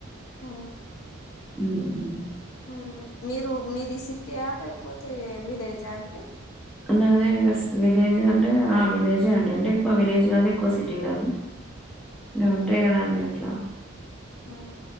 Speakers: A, on the left; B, in the centre.
A: ఓ
B: హ్మ్
A: హ్మ్ మీరు మీది సిటీయా లేకపోతే విలేజా అండి.
B: నాదే విలేజ్ అంటే ఆ విలేజే అండి అంటే ఎక్కువ విలేజ్ కాదు ఎక్కువ సిటీ కాదు ఇంగ ఉంటాయ్ కదండి అట్లా
A: హ్మ్